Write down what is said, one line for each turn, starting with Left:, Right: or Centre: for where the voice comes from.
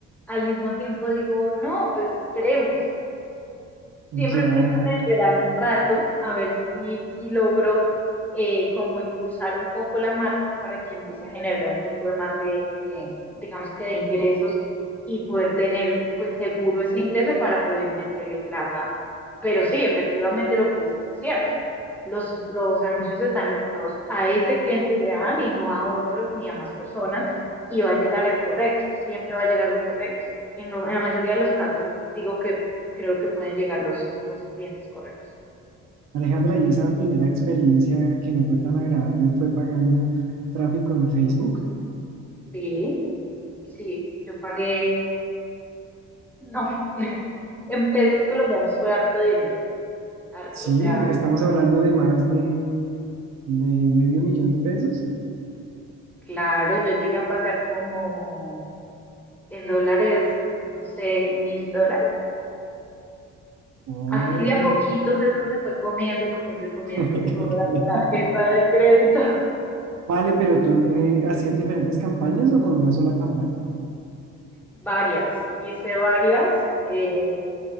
Centre: al mismo tiempo digo, no, pues esperemos, Siempre
Right: ya.
Centre: pienso en esperar un rato a ver si, si logro eh, como impulsar un poco la marca para que empiece a generar un poco de más de, de, digamos que de ingresos y poder tener pues seguro ese ingreso para poder meterle plata. Pero sí, efectivamente lo que dices es cierto. Los, los anuncios están enfocados a ese cliente ideal y no a otros ni a más personas y va a llegar el correcto, siempre va a llegar el correcto. En, lo- en la mayoría de los casos digo que creo que pueden llegar los, los clientes correctos.
Right: Alejandra, y esa primera experiencia que no fue tan agradable fue pagando tráfico en Facebook.
Centre: Sí, sí, yo pagué, no, <laughs> en pesos colombianos fue harto de dinero, harto,
Right: Sí,
Centre: o sea,
Right: estamos hablando de más de, de medio millón de pesos.
Centre: claro, yo llegué a pagar como en dólares, no sé, mil dólares.
Right: Oh.
Centre: Así de a poquitos eso se fue comiendo, comiendo y comiendo
Right: <laughs>
Centre: toda mi tarjeta de crédito.
Right: Vale, pero tú eh, hacías diferentes campañas o con una sola campaña.
Centre: Varias, hice varias, eh,